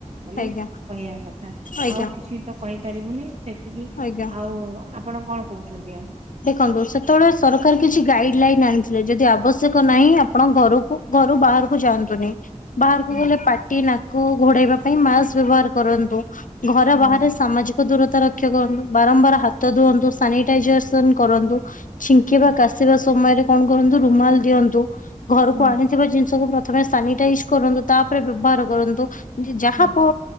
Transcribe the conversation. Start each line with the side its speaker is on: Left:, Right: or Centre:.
Right: ବୋଲି
Left: ଆଜ୍ଞା
Right: କହିବା କଥା
Left: ଆଜ୍ଞା
Right: ଆଉ କିଛି ତ କହିପାରିବୁନି ସେତିକି
Left: ଆଜ୍ଞା
Right: ଆଉ ଆପଣ କଣ କହୁଛନ୍ତି ଆଉ
Left: ଦେଖନ୍ତୁ ସେତେବେଳେ ସରକାର କିଛି ଗାଇଡ୍ ଲାଇନ ଆଣିଥିଲେ ଯଦି ଆବଶ୍ୟକ ନାହିଁ ଆପଣ ଘରକୁ ଘରୁ ବାହାରକୁ ଯାଆନ୍ତୁନି। ବାହାରକୁ
Right: ହୁଁ
Left: ଗଲେ ପାଟି ନାକ ଘୋଡେଇବା ପାଇଁ ମାସ୍କ ବ୍ୟବହାର କରନ୍ତୁ। ଘର
Right: ହୁଁ
Left: ବାହାରେ ସାମାଜିକ ଦୂରତା ରକ୍ଷା କରନ୍ତୁ, ବାରମ୍ବାର ହାତ ଧୁଅନ୍ତୁ, ସାନିଟାଇଜର କରୁନ୍ତୁ ଛିଙ୍କିବା
Right: ହୁଁ
Left: କାଶିବା ସମୟରେ କଣ କରନ୍ତୁ ରୁମାଲ ଦିଅନ୍ତୁ ଘରକୁ
Right: ହୁଁ
Left: ଆଣି ଥିବା ଜିନିଷକୁ ପ୍ରଥମେ ସାନିଟାଇଜ କରନ୍ତୁ ତାପରେ ବ୍ୟବହାର କରନ୍ତୁ ଯାହା
Right: ହୁଁ
Left: ପ